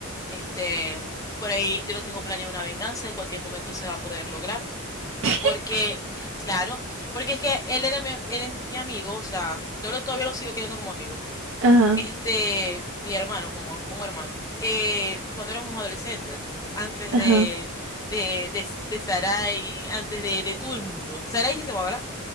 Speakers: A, on the left; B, on the right.
A: Este, por ahí yo lo tengo planeado una venganza, en cualquier momento se va a poder lograr.
B: <laughs>
A: Porque, claro, porque es que él era mi, él es mi amigo, o sea, yo lo- todavía lo sigo queriendo como amigo.
B: Ajá,
A: Este, mi hermano, como, como hermano. Eh, cuando éramos adolescentes, antes
B: ajá.
A: de, de, de, de Sarai, antes de, de todo el mundo. Sarai que se llama, ¿verdad?